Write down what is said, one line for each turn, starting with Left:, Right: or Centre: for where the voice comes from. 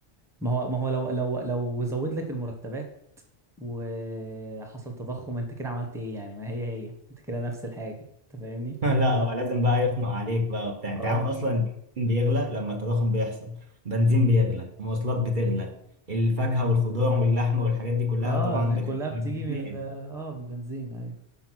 Centre: ما هو ما هو لو لو لو زود لك المرتبات وحصل تضخم انت كده عملت ايه يعني ما هي هي انت كده نفس الحاجة انت فاهمني
Right: <laughs> لا هو لازم بقى يخنق عليك بقى وبتاع انت
Centre: اه
Right: عارف اصلا البنزين بيغلى لما التضخم بيحصل بنزين بيغلى مواصلات بتغلى الفاكهة والخضار واللحمة والحاجات دي كلها
Centre: اه
Right: طبعا
Centre: لان
Right: بتتنقل
Centre: كلها بتيجي من ال- اه بالبنزين ايوه